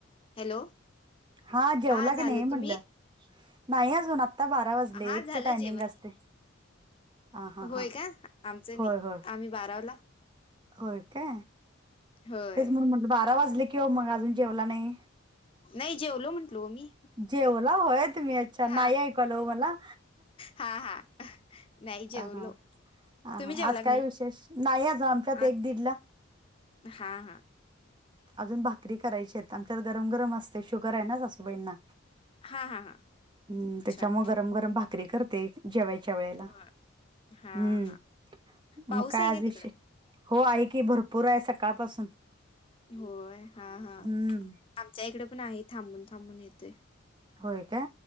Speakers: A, on the left; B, on the right.
A: हॅलो
B: हा जेवला
A: झालं
B: की नाही
A: तुम्ही
B: म्हटलं, नाही अजून आता आता बारा वाजले
A: हा
B: एकच
A: झालं
B: टायमिंग
A: जेवण
B: असते. हा हा
A: होय
B: हा
A: का आमचं
B: होय
A: नाही
B: होय
A: आम्ही बाराला
B: होय काय?
A: होय
B: तेच म्हणून म्हण बारा वाजले की ओ मग अजून जेवला नाही.
A: नाही जेवलो म्हण स्लोमी
B: जेवला होय तुम्ही अच्छा
A: हा
B: नाही ऐकवाल ओ मला
A: हा हा. नाही जेवलो.
B: हा हा
A: तुम्ही
B: हा
A: जेवला
B: आज
A: की
B: काय
A: नाही
B: विशेष नाही आ आमच्यात
A: आज
B: एक दीडला
A: हा हा
B: अजून भाकरी करायची आहेत आमच्यात गरम गरम असते शुगर आहे ना सासूबाईंना
A: हा हा हा
B: हम्म
A: अच्छा
B: त्याच्यामुळे गरम गरम भाकरी करते जेवायची वेळेला
A: हा हा
B: हम्म
A: पाऊस
B: मग काय
A: आहे का
B: आजष
A: तिकडं
B: हो आहे की भरपूर आहे सकाळपासून
A: होय हा हा
B: हम्म
A: आमच्या इकडे पण आहे थांबून थांबून येते
B: होय काय